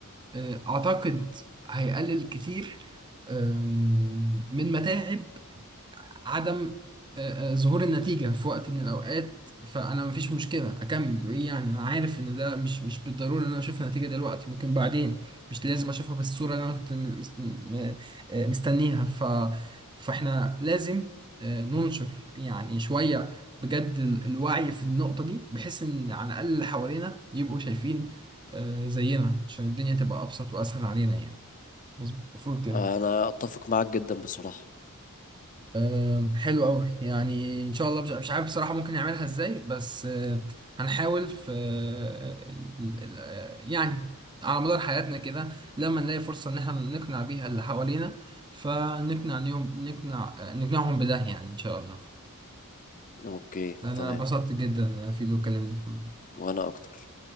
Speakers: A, on the right; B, on the left.
A: آه، اعتقد هيقلل كتير آم، من متاعب عدم آه، آه، ظهور النتيجة في وقت من الأوقات فأنا مفيش مشكلة أكمل وإيه يعني أنا عارف إن ده مش مش بالضرورة إن أنا أشوف النتيجة دلوقتي ممكن بعدين مش لازم أشوفها بالصورة اللي أنا كنت م- مس- م- آه، مستنيها ف فإحنا لازم آه، ننشر يعني شوية بجد ال- الوعي في النقطة دي بحيث إن على الأقل اللي حوالينا يبقوا شايفين آه، زينا عشان الدنيا تبقى أبسط وأسهل علينا يعني مظبوط. المفروض كده
B: انا اتفق معاك جدا بصراحة
A: آه، حلو قوي يعني ان شاء الله مش مش عارف بصراحه ممكن نعملها ازاي بس آه، هنحاول في آه، ال- ال- آه، يعني على مدار حياتنا كده لما نلاقي فرصه ان احنا نقنع بيها اللي حوالينا فنقنع نيهم نقنع آه، نقنعهم بده يعني ان شاء الله
B: اوكي
A: انا
B: تمام
A: اتبسطت جدا في اللي اتكلمنا
B: وانا اكتر